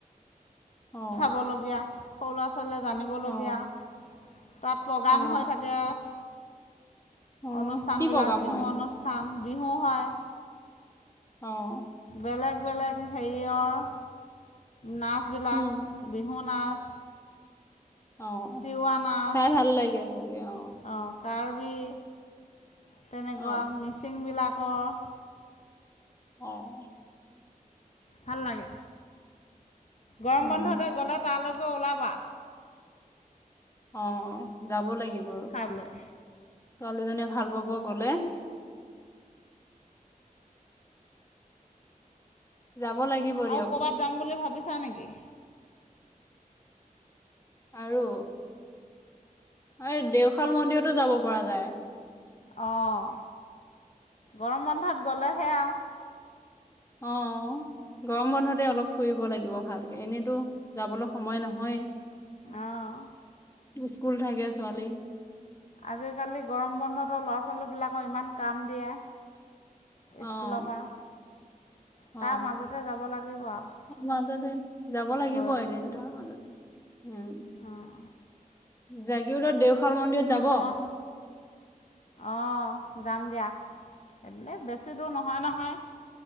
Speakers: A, on the left (about 20°); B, on the left (about 55°).
A: অ
B: চাবলগীয়া। সৰু লৰা চো জানিবলগীয়া।
A: অ
B: তাত প্ৰগ্ৰাম
A: অ
B: হৈ থাকে,
A: অ
B: অনুষ্ঠানবিলাক
A: কি প্ৰগ্ৰাম
B: বিহু
A: হয়
B: অনুষ্ঠান। বিহু হয়।
A: অহ।
B: বেলেগ-বেলেগ হেৰিয়ৰ। নাচবিলাক,
A: উম
B: বিহু নাচ।
A: অ
B: তিৱা নাচ
A: চাই ভাল লাগে চাগে অ
B: অঁ কাৰ্বি তেনেকুৱা
A: অ
B: মিচিং বিলাক অঁ
A: অঁ
B: ভাল লাগে গৰম
A: উম
B: বন্ধতে গ'লে তালৈক কে উলাবা
A: অঁ যাব লাগিব
B: চাবলৈ
A: ছোৱালীজনী ভাল পাব গ'লে যাব লাগিব দিয়ক
B: আৰু ক'ৰবাত যাম বুলি ভাবিছা নেকি
A: আৰু এই দেওশাল মন্দিৰতো যাব পৰা যায়
B: অঁ গৰম বন্ধত গ'লেহে আও
A: অঁ গৰম বন্ধতে অলপ ফুৰিব লাগিব ভালকে এনেতো যাবলৈ সময় নহয়েই
B: অহ
A: স্কুল থাকে ছোৱালী
B: আজিকালি গৰম বন্ধতো ল'ৰা ছোৱালীবিলাকক ইমান কাম দিয়ে স্কুলৰ
A: অঁ
B: পৰা
A: অ
B: তাৰ মাজতে যাব লাগিব আৰু
A: মাজতে যাব লাগিব
B: লৈ পেলাই
A: এদিন ত মাজতে উম
B: অঁ
A: জাগীৰোডত দেওশাল শাল মন্দিৰত যাব
B: মই অঁ যাম দিয়া সেননে বেছি দূৰ নহয় নহয়